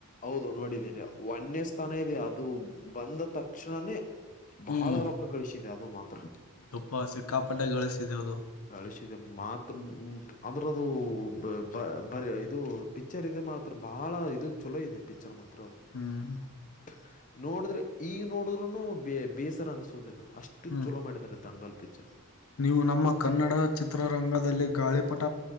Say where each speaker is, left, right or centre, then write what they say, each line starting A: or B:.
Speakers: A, on the left (about 35°); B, on the left (about 75°).
A: ಹೌದು ನೋಡಿದ್ದೇನೆ ವನ್ಯ ಸ್ಥಾನ ಇದೆ ಅದು ಬಂದ ತಕ್ಷಣನೇ
B: ಹ್ಮ್
A: ಬಹಳ ರೊಕ್ಕ ಕಳಿಸಿದೆ ಅದು ಮಾತ್ರ.
B: ತುಪ್ಪ ಸಿಕ್ಕಾಪಟ್ಟೆ ಗಳಿಸಿದೆ ಅದು
A: ಗಳಿಸಿದೆ ಮಾತ್ ಅದ್ರದು ಬ ಬರಿ ಇದು ಪಿಕ್ಚರ್. ಪಿಕ್ಚರ್ ಇದು ಮಾತ್ರ ಬಹಳ ಇದು ಚಲೋ ಇದೆ ಪಿಕ್ಚರ್ ಮಾತ್ರ ಅದು.
B: ಹ್ಮ್.
A: ತ್ ನೋಡಿದ್ರೆ ಈಗ ನೋಡಿದ್ರುನು ಬೇಸರ ಅನ್ಸೋದಿಲ್ಲ ಅಷ್ಟ. ಎಷ್ಟು
B: ಹ್ಮ್
A: ಚಲೋ ಮಾಡಿದ್ದಾರೆ ದಂಗಲ್ ಪಿಕ್ಚರ್.
B: ನೀವು ನಮ್ಮ ಕನ್ನಡ ಚಿತ್ರರಂಗದಲ್ಲಿ ಗಾಳಿಪಟ